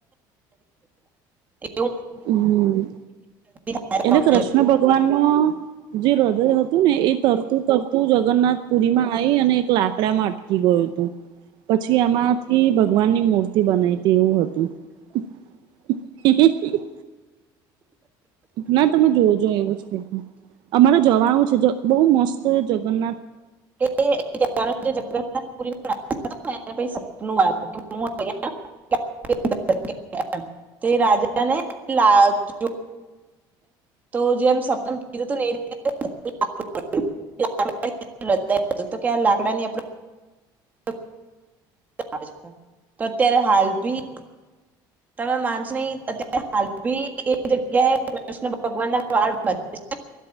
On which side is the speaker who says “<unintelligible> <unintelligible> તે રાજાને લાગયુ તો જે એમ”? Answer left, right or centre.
Right